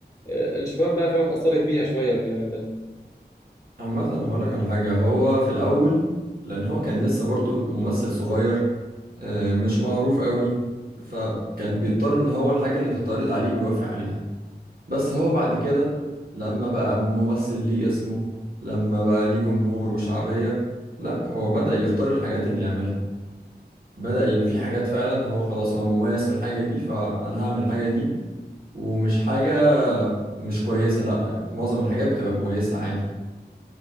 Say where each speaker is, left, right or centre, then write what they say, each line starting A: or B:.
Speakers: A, on the left; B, on the right.
A: آه، الشباب بقى فاهم اتأثرت بيها شوية والكلام ده
B: عامة هقولك على حاجة هو في الأول لأن هو كان لسه برضه ممثل صغير آه، مش معروف قوي فكان بيضطر إن هو الحاجة اللي بتتعرض عليه بيوافق عليها بس هو بعد كده لما بقى ممثل ليه اسمه لما بقى ليه جمهور وشعبية لأ هو بدأ يختار الحاجات اللي يعملها بدأ يبقى في حاجات فعلا هو خلاص هو مميز في الحاجة دي فأنا هعمل الحاجة دي ومش حاجة مش كويسة لأ معظم الحاجات بتبقى كويسة عادي